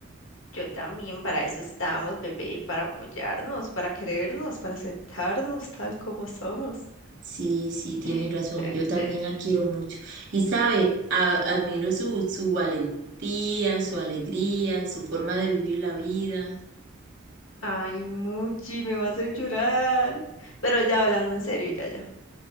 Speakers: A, on the left; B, on the right.
A: yo también para eso estamos, bebé, para apoyarnos, para querernos, para aceptarnos tal como somos.
B: Sí, sí, tienes
A: <laughs>
B: razón. Yo también la quiero mucho. Y sabe, a- admiro su, su valentía, su alegría, su forma de vivir la vida.
A: Ay, Mochi, me va a hacer llorar. Pero ya hablando en serio, ya, ya.